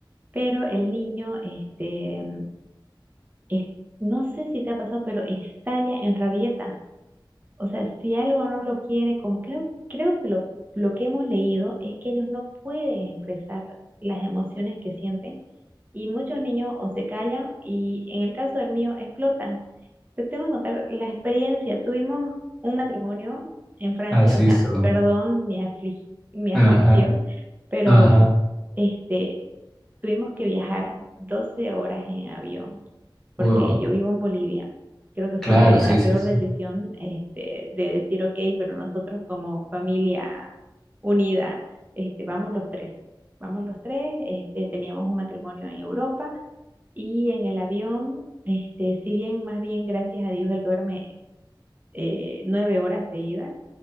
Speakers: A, on the right (about 20°); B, in the centre.
A: pero el niño, este, es- no sé si te ha pasado, pero estalla en rabieta. O sea, si algo no lo quiere, como creo, creo que lo, lo que hemos leído es que ellos no pueden expresar las emociones que sienten y muchos niños o se callan y en el caso del mío explotan. Te tengo que contar la experiencia. Tuvimos un matrimonio en Francia,
B: Así
A: o sea,
B: son.
A: perdón mi afli- mi aflicción,
B: Ajá,
A: pero
B: ajá.
A: este, tuvimos que viajar 12 horas en avión porque
B: Wow.
A: yo vivo en Bolivia. Creo que fue
B: Claro,
A: la
B: sí, sí,
A: peor
B: sí.
A: decisión, este, de decir, ok, pero nosotros como familia unida, este, vamos los tres. Vamos los tres, este, teníamos un matrimonio en Europa y en el avión, este, si bien, más bien, gracias a Dios, él duerme eh, nueve horas seguidas,